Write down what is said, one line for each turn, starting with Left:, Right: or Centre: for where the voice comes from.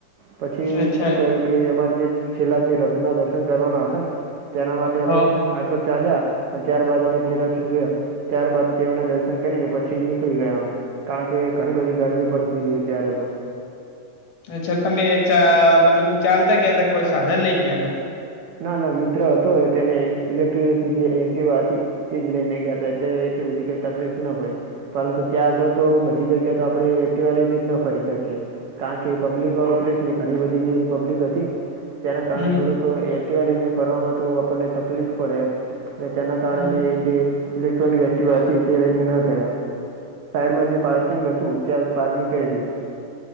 Right: પછી
Left: અચ્છા
Right: શું કહ્યું કે અમારે જે છેલ્લા જે રથના દર્શન કરવાના હતા ને. તેના માટે
Left: હા
Right: અમે આગળ ચાલ્યા અને ત્યારબાદ અમે જે રથ જોયા. ત્યારબાદ તેના દર્શન કરીને પછી નીકળી ગયા અમે. કારણ કે ઘણી બધી ગરમી પડતી હતી અત્યારે તો.
Left: અચ્છા તમેં ચા મતલબ કે ચાલતા કયા ત કોઈ સાધન લઈ ગયા ત
Right: ના ના મિત્ર હતો તેને ઇલેક્ટ્રિક જે એક્ટવા હતી. તેજ લઈને ગયા હતા એટલે એટલી બધી કઈ તકલીફ ના પડી. પરંતુ ત્યાં આગળ તો બધી જગ્યા તો આપડણે એક્ટિવાલીને જ ન ફરી શકીએ. કારણ કે પબ્લિક વાળો પ્લેસ ને ઘણી બધી જે પબ્લિક હતી. તેના કારણે
Left: હમ
Right: થોડુંક એક્ટિવાલીને ફરવામાં તો આપણને તકલીફ પડેમ. તેના કારણે
Left: હમ
Right: અમે જે ઇલેક્ટ્રોનિક એક્ટિવ હતી તે રહીને ના ગયા. સાઈડમાં જે પાર્કિંગ હતું ત્યાં પાર્કિંગ કરેલીધું.